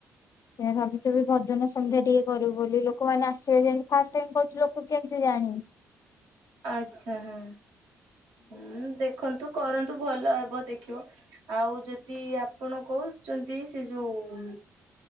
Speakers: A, on the left (about 45°); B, on the right (about 65°).
A: ସେୟା ଭାବୁଚୁ ଭଜନ ସନ୍ଧ୍ୟା ଟିକେ କରିବୁ ବୋଲି ଲୋକମାନେ ଆସିବେ ଯେମିତି ଫାଷ୍ଟ ଟାଇମି କରୁଚୁ ବୋଲି ଲୋକ କେମିତି ଜାଣିବେ?
B: ଆଛା ହଁ। ହୁଁ ଦେଖନ୍ତୁ କରନ୍ତୁ ଭଲ ହବ ଦେଖିବ। ଆଉ ଯଦି ଆପଣ କହୁଛନ୍ତି ସେ ଯୋଉ ଉଁ